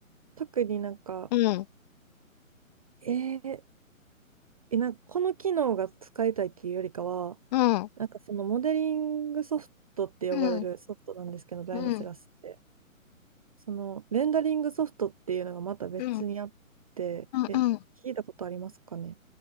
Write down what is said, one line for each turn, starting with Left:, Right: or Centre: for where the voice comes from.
Right: 特になんか、
Left: うん、
Right: えーえなんかこの機能が使いたいっていうよりかは、
Left: うん、
Right: なんかそのモデリングソフトって呼ばれるソフトなんですけど、
Left: うん、
Right: ライノセラスって。
Left: うん。
Right: そのレンダリングソフトっていうのがまた別にあって、
Left: うん
Right: え、
Left: うんうん。
Right: 聞いたことありますかね